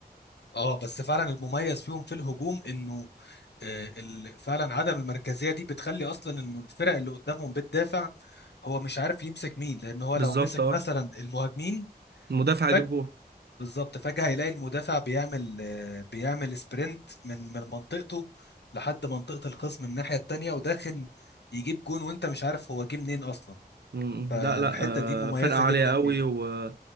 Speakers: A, on the left; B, on the right.
A: اه بس فعلا المميز فيهم في الهجوم انه آه، ال- فعلا عدم المركزيه دي بتخلي اصلا انه الفرق اللي قدامهم بتدافع هو مش عارف يمسك مين لان هو
B: بالظبط
A: لو مسك
B: اه
A: مثلا المهاجمين
B: المدافع
A: فجأة
B: هيجيب جول
A: بالظبط فجأة هيلاقي المدافع بيعمل آه، بيعمل سبرنت من من منطقته لحد منطقة الخصم الناحية التانية وداخل يجيب جون وانت مش عارف هو جه منين اصلا
B: م-
A: فالحتة
B: م. لا لا آه،
A: دي مميزة
B: فرقة عالية
A: جدا
B: قوي
A: فيه
B: و...